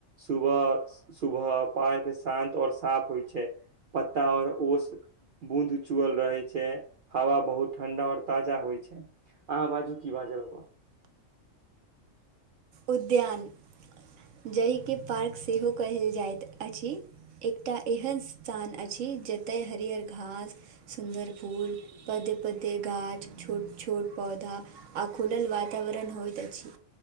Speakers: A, on the right; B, on the right.
A: सुब सुब पार्क शान्त और साफ होइ छै पत्ता आऔर ओस बूँद चुअल रहै छै हवा बहुत ठंडा और ताजा होइ छै अहाँ बाजू की बाजब
B: उद्यान जाहिके पार्क सेहो कहल जाइत अछि। एकटा एहन स्थान अछि जतय हरहर घास सुन्दर फूल पदे पदे गाछ छोट छोट पौधा आ खुलल वातावरण होइत अछि,